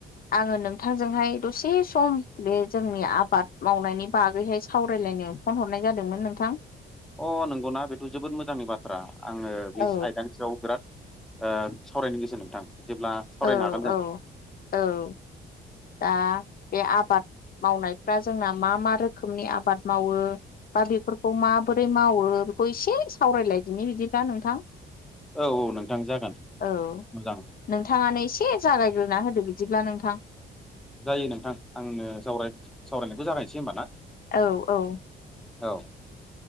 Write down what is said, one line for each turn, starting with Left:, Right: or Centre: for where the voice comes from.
Left: आङो नों थांजोंहाय दसे सम बे जोंनि आबाद मावनायनि बागैहाय सावरायलायनो फन हरनाय जादोंमोन नोंथां।
Centre: अ नंगौना बेथ' जोबोद मोजांनि बाथ्रा आङो बे
Left: औ
Centre: आयदानि सायाव बिराद ओ सावरायनो गोसो नोंथां। बिदिब्ला सावरायनो
Left: औ
Centre: हागोन जों।
Left: औ औ दा बे आबाद मावनायफ्रा जोंना मा मा रोखोमनि आबाद मावो? बा बेफोरखौ माबोरै मावो? बेखौ एसे सावरायलायदिनि बिदिब्ला नोंथां
Centre: औ औ नोंथां जागोन
Left: <inaudible> औ
Centre: मोजां
Left: नोंथाङानो एसे जागायग्रोना होदो बि दिब्ला नोंथां
Centre: जायो नोंथां आंनो जावराय सावरायनायखौ जागायसै होमबा ना?
Left: औ औ
Centre: औ <inaudible>